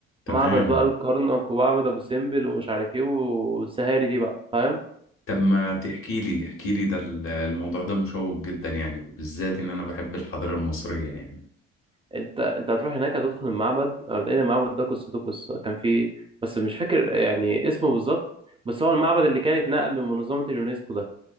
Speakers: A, on the left; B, on the right.
A: تمام
B: معبد بقى الكرنك ومعبد ابو سمبل ومش عارف ايه والسهاري دي بقى فاهم
A: طب ما تحكي لي احكي لي ده ال- الموضوع ده مشوق جدا يعني وبالذات إن أنا بحب الحضارة المصرية يعني
B: انت انت هتروح هناك هتدخل المعبد مبدئيا المعبد ده قصته قصه كان فيه بس مش فاكر يعني اسمه بالظبط بس هو المعبد اللي كان اتنقل من منظمه اليونسكو ده